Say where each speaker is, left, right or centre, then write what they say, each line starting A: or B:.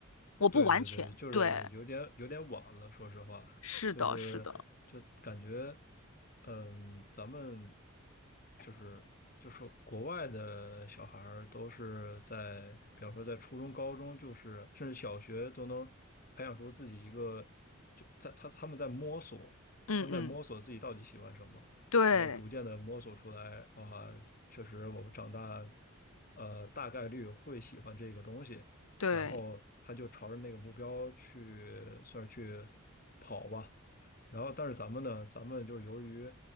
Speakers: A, on the left; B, on the left.
A: 我不完全，
B: 对对对，就是有点有点晚了，
A: 对，
B: 说实话，
A: 是的，
B: 就是就感觉，
A: 是的，
B: 嗯，咱们就是就说国外的小孩儿都是在，比方说在初中、高中，就是甚至小学都能培养出自己一个，就在他他们在摸索，
A: 嗯嗯，
B: 他们在摸索自己到底喜欢什么，
A: 对
B: 然后逐渐的摸索出来，啊，确实我们长大，呃，大概率会喜欢这个东西。
A: 对，
B: 然后他就朝着那个目标去，算是去跑吧。然后，但是咱们呢，咱们就是由于